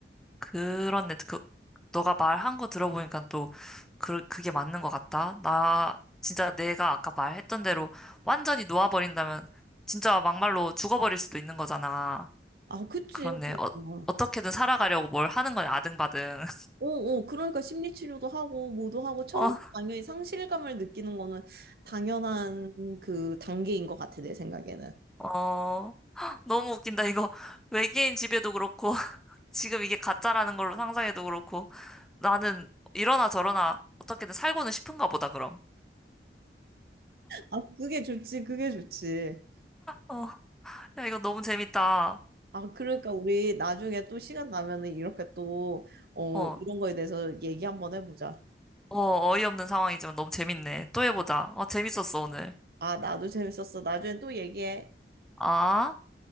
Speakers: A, in the centre; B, on the right (about 55°).
A: 그렇네. 그, 너가 말한 거 들어보니까 또 그, 그게 맞는 것 같다. 나 진짜 내가 아까 말했던 대로 완전히 놓아버린다면 진짜 막말로 죽어버릴 수도 있는 거잖아.
B: 아, 그치.
A: 그렇네. 어,
B: 아,
A: 어떻게든 살아가려고 뭘 하는 거냐, 아등바등.
B: 어, 어, 그러니까 심리치료도 하고, 뭐도 하고, 처음
A: <laughs>
B: 당연히 상실감을 느끼는 거는 당연한 그 단계인 것 같아, 내 생각에는.
A: 어, 어, <gasps> 너무 웃긴다. 이거 외계인 집에도 그렇고 <laughs> 지금 이게 가짜라는 걸로 상상해도 그렇고 나는 이러나 저러나 어떻게든 살고는 싶은가 보다, 그럼.
B: 아, 그게 좋지, 그게 좋지.
A: 어, 야, 이거 너무 재밌다.
B: 아, 그러니까 우리 나중에 또 시간 나면은 이렇게 또, 어,
A: 어.
B: 이런 거에 대해서 얘기 한번 해보자.
A: 어, 어이없는 상황이지만 너무 재밌네. 또 해보자. 어, 재밌었어, 오늘.
B: 아, 나도 재밌었어. 나중에 또 얘기해.
A: 아.